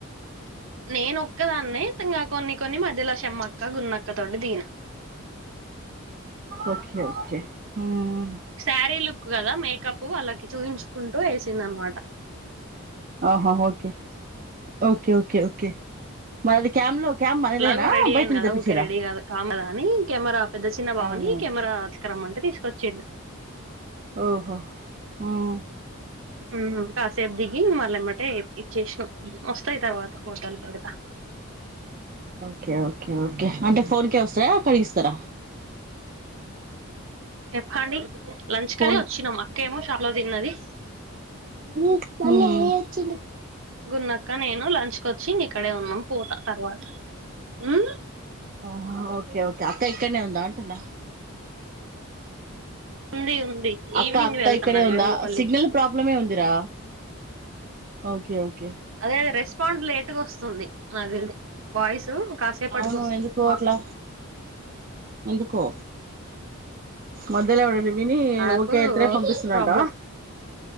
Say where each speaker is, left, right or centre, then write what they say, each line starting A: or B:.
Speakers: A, on the right; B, on the right.
A: నేనోక్కదాన్నే ఇంకా కొన్ని కొన్ని మధ్య లక్షమ్మక్క గున్నక్క తోటి దిగినా
B: ఓకే ఓకే హుమ్మ్
A: శారీ లుక్ కదా మేకప్ వాళ్ళకి చూపించుకుంటూ వేసింది అన్నా మాట
B: ఆహా ఓకే ఓకే ఓకే ఓకే మనది కామ్ లో క్యామ్ మనదేనా
A: ఎలాగో రెడి
B: బయట
A: అయిన
B: నుంచి
A: కదా
B: తెప్పించిర్రా
A: ఊకే రెడి కాం కదా కానీ కెమెరా పెద్ద చిన్న భావని
B: అవునవును
A: కెమెరా తీసుకురమ్మంటే తీసుకొచిండు
B: ఓహో హమ్
A: ఉమ్ కాసేపూ దిగి మళ్ళ యేమటె ఇచ్చేసాం వస్తాయి తర్వాత ఫొటోలు పెడతా
B: ఓకే ఓకే ఓకే అంటే ఫోన్కే వస్తాయా కడిగిస్తారా
A: చెప్పండి లంచ్
B: ఫోన్
A: కనే వచ్చినాం అక్క ఏమో షాప్ లో తిన్నది
B: హ్మ్మ్
A: గున్నాక్క నేను లంచ్ కి వచ్చి ఇక్కడే ఉన్నాం పోతా తర్వాత హా
B: ఆహా ఓకే ఓకే అక్క ఇక్కడనే ఉందా అంటున్న
A: ఉంది ఉంది
B: అక్క
A: ఈవినింగ్
B: అక్క
A: వెళ్తున్నది
B: ఇక్కడే ఉందా
A: వేములపల్లికి
B: సిగ్నల్ ప్రాబ్లమ్ఏ ఉందిరా ఓకేఓకే
A: అదే రెస్పాండ్ లేట్గా వస్తుంది నాది వాయిస్ కాసేపటికి
B: అవును
A: వస్తుంది
B: ఎందుకుట్లా ఎందుకో మధ్యలో ఎవ్వడండి విని
A: యాప్
B: ఓకే ఐతేనే పంపిస్తున్నాట
A: ప్రాబ్లం